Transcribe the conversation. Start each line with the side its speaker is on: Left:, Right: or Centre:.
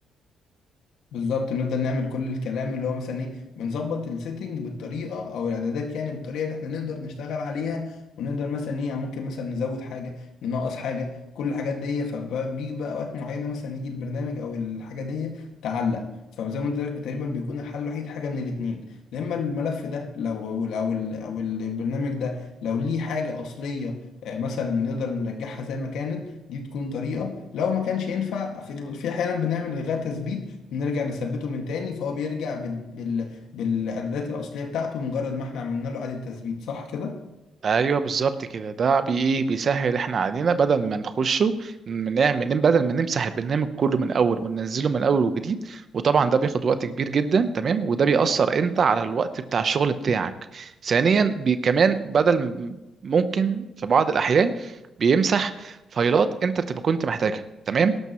Left: بالظبط نفضل نعمل كل الكلام اللي هو مثلا ايه بنظبط السيتنج بالطريقه او الاعدادات يعني بالطريقه اللي احنا نقدر نشتغل عليها ونقدر مثلا ايه يعني ممكن مثلا نزود حاجه ننقص حاجه كل الحاجات دي فبيجي بقى وقت معينه مثلا يجي البرنامج او الحاجه دي تعلق فزي ما قلت لك تقريبا بيكون الحل الوحيد حاجه من الاثنين يا اما الملف ده لو او ال- او ال- أو البرنامج ده لو ليه حاجه اصليه آه، مثلا نقدر نرجعها زي ما كانت دي تكون طريقه لو ما كانش ينفع في في احيانا بنعمل الغاء تثبيت نرجع نثبته من تاني فهو بيرجع بال... بال... بالإعدادات الأصلية بتاعته مجرد ما احنا عملنا له إعادة تثبيت صح كده؟
Right: ايوه بالظبط كده ده بي ايه بيسهل احنا علينا بدل ما نخشه نعمل نم- بدل ما نمسح البرنامج كله من الاول وننزله من الاول وجديد وطبعا ده بياخد وقت كبير جدا تمام وده بيأثر انت على الوقت بتاع الشغل بتاعك ثانيا بي كمان بدل م- ممكن في بعض الاحيان بيمسح فايلات انت بتبقى كنت محتاجها تمام